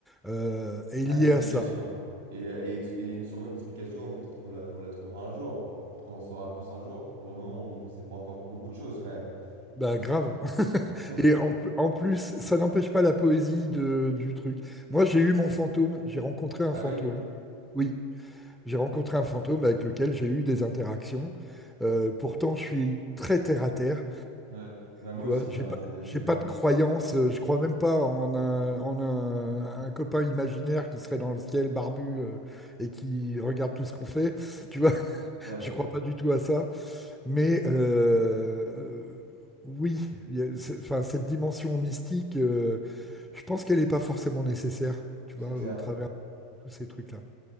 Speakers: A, in the centre; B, on the right.
A: euh, est
B: Ah,
A: lié
B: une explication.
A: à ça.
B: Et, et, ex- et une- sûrement une explication, peut-être qu'on la, on la trouvera un jour. Peut-être qu'on en saura plus un jour. Pour le moment, on ne sait pas encore beaucoup de choses quand même.
A: Bah
B: Tout
A: grave.
B: ce qui... Ouais.
A: <laughs>
B: <laughs>
A: Et en, pl- en plus, ça n'empêche pas la poésie de- du truc. Moi, j'ai eu mon fantôme, j'ai rencontré un
B: Ah
A: fantôme.
B: oui?
A: Oui, j'ai rencontré un fantôme avec lequel j'ai eu des interactions. Euh, pourtant, je suis très terre-à-terre.
B: Ouais. Bah, moi
A: Tu
B: aussi,
A: vois, j'ai
B: hein,
A: pas,
B: c'est,
A: j'ai
B: j'ai
A: pas
B: eu-
A: de croyance, euh, je crois même pas en un, en un, un copain imaginaire qui serait dans le ciel barbu euh, et qui regarde tout ce qu'on fait. Tu vois, <laughs>
B: Ouais,
A: je crois pas du tout à ça. Mais euh, euh, oui, il y a- c'est- enfin, cette dimension mystique, euh, je pense qu'elle n'est pas forcément nécessaire, tu
B: c'est
A: vois,
B: clair.
A: au travers de tous ces trucs-là.